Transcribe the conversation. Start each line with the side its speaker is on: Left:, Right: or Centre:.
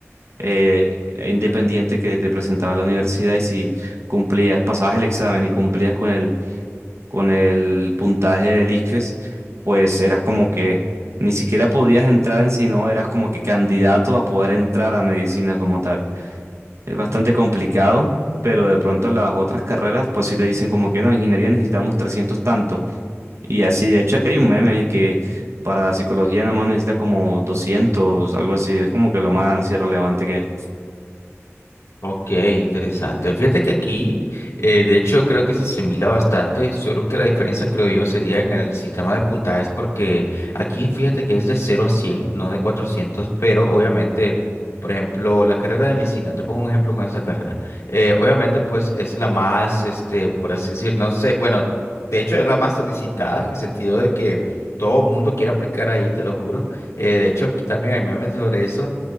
Right: eh, e independiente que te presentaba la universidad y si cumplías, pasabas el examen y cumplías con el, con el puntaje del ICFES, pues eras como que ni siquiera podías entrar en sí, no, eras como que candidato a poder entrar a medicina como tal. Es bastante complicado, pero de pronto las otras carreras, pues si te dicen como que no, en ingeniería necesitamos 300 tanto. Y así, de hecho, aquí hay un meme que para psicología nada más necesitas como 200 algo así. Es como que lo más irrelevante que hay.
Left: Ok, interesante. Fíjate que aquí, eh, de hecho, creo que se asimila bastante, solo que la diferencia, creo yo, sería en el sistema de puntajes, porque aquí fíjate que es de cero a 100, no de 400, pero obviamente, por ejemplo, la carrera de medicina, te pongo un ejemplo con esa carrera, eh, obviamente, pues es la más, este, por así decir, no sé, bueno, de hecho es la más solicitada en el sentido de que todo el mundo quiere aplicar ahí, te lo juro. Eh, de hecho, aquí también hay memes sobre eso.